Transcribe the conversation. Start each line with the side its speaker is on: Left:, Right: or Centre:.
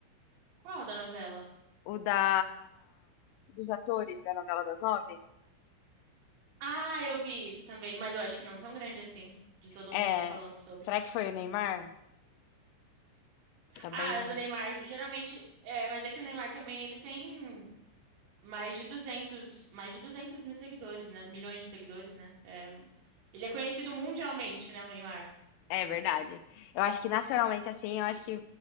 Right: Qual da novela?
Left: O da. Dos atores da novela das nove.
Right: Ah, eu vi isso também, mas eu acho que não tão grande assim, de todo
Left: É.
Right: mundo tá falando sobre.
Left: Será que foi o Neymar? Também
Right: Ah,
Left: o
Right: as do Neymar, geralmente, é, mas é que o Neymar também, ele tem mais de duzentos, mais de 200 mil seguidores, né? Milhões de seguidores, né? É, ele é conhecido mundialmente, né, o Neymar.
Left: É verdade. Eu acho que nacionalmente assim, eu acho que.